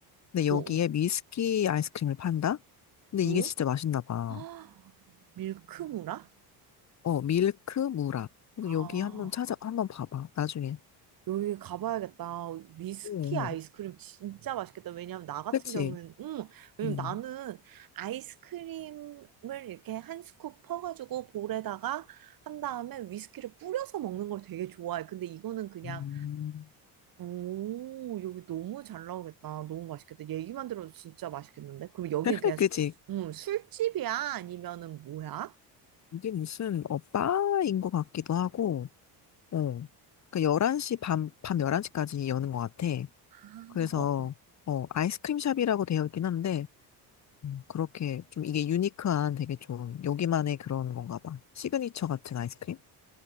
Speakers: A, on the left (about 40°); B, on the right (about 55°).
A: 근데 여기에
B: 오, 오,
A: 미스키 아이스크림을 판다? 근데
B: 오.
A: 이게 진짜 맛있나 봐.
B: 아, 밀크무라?
A: 어, 밀크무라. 그래서
B: 아,
A: 여기 한번 찾아, 한번 봐봐, 나중에.
B: 여기 가봐야겠다. 위스키
A: 응,
B: 아이스크림
A: 응.
B: 진짜 맛있겠다. 왜냐면 나 같은
A: 그치?
B: 경우는, 음, 왜냐면
A: 응.
B: 나는 아이스크림을 이렇게 한 스쿱 퍼가지고 볼에다가 한 다음에 위스키를 뿌려서 먹는 걸 되게 좋아해. 근데 이거는 그냥,
A: 음.
B: 오, 여기 너무 잘 나오겠다. 너무 맛있겠다. 얘기만 들어도 진짜 맛있겠는데? 그럼 여기는
A: <laughs>
B: 그냥,
A: 그치?
B: 음, 술집이야? 아니면은 뭐야?
A: 이게 무슨, 어, 바인 것 같기도 하고, 어. 그 11시, 밤, 밤 11시까지 여는 것 같아.
B: 아,
A: 그래서
B: 어, 어.
A: 어 아이스크림 샵이라고 되어 있긴 한데 음, 그렇게 좀 이게 유니크한 되게 좋은 여기만의 그런 건가 봐. 시그니처 같은 아이스크림?